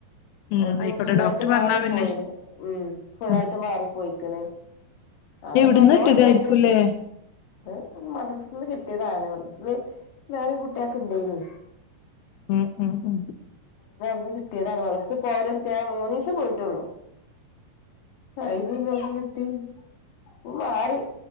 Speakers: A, on the left; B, on the left.
A: ഉം
B: ഒതും
A: ആയിക്കോട്ടെ
B: ഫുള്ളായിട്ട്
A: ഡോക്ടർ
B: മാറിപ്പോയിണ്
A: പറഞ്ഞാ പിന്നെ
B: ഉം ഫുള്ളായിട്ട്
A: ഉം
B: മാറി പോയിക്ക്‌ണ് അഹ്
A: എവിടുന്ന്
B: നല്ലോ
A: കിട്ടിയതായിരിക്കുംല്ലേ
B: നിയന്ത്രിക് <unintelligible> ന്ന് കിട്ടിയതാണ് <unintelligible> വേറിം കുട്ടിയേക്ക്‌ ഇണ്ടേഞ്
A: ഉം ഉം ഉം
B: ങ്ഹ് കിട്ടിയതാണ് <unintelligible> പോയരട്ത്ത് അ മൂന്നീസം പോയിട്ടുള്ളൂ അയില്ങ്ങൾക്ക്‌ കിട്ടി ഉപൊ മാറി